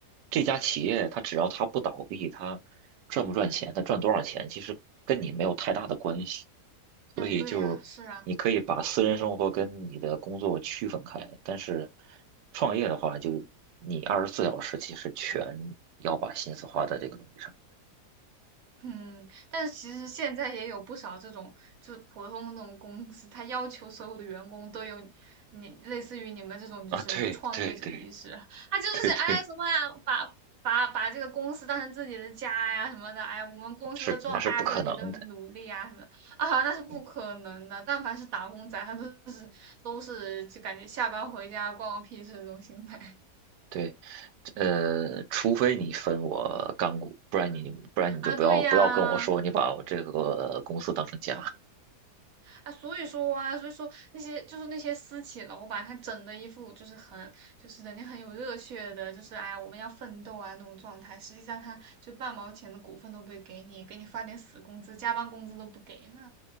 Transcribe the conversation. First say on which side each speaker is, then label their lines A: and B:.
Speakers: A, on the right (about 85°); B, on the right (about 65°).
A: 这家企业它只要它不倒闭，它赚不赚钱，它赚多少钱，其实跟你没有太大的关系，所以就你可以把私人生活跟你的工作区分开，
B: 嗯，对呀，是啊。
A: 但是创业的话，就你二十四小时其实全要把心思花在这个东西上
B: 嗯，但是其实现在也有不少这种，就是普通的那种公司，他要求所有的员工都有你类似于你们这种就是创业者意识，
A: 啊，对对对。
B: 他就是哎什么啊把把把这个公司当成自己的家呀什么的，
A: 对对，
B: 哎我们公司的壮大需要你的努力啊什么的啊，
A: 是那是不可能的。
B: 那是不可能的。
A: 嗯，
B: 但凡是打工仔，他都是都是就感觉下班回家关我屁事这种心态
A: 对，呃，除非你分我干股，不然你不然你就不要不要跟我说你把我这个公司当成家。
B: 啊，对呀。啊，所以说啊，所以说那些就是那些私企老板，他整的一副就是很就是人家很有热血的，就是哎呀我们要奋斗啊那种状态。实际上他就半毛钱的股份都不会给你，给你发点死工资，加班工资都不给，那